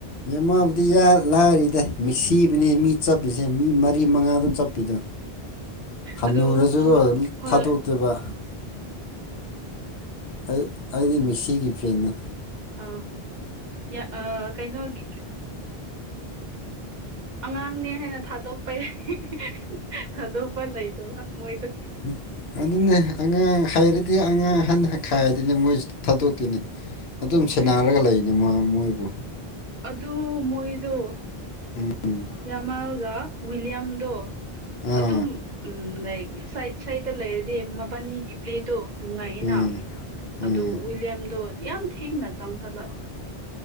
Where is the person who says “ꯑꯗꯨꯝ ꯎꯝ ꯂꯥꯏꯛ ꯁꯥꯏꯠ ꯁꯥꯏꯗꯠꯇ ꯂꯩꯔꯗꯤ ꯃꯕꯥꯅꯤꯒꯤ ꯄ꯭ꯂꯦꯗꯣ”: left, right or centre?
Right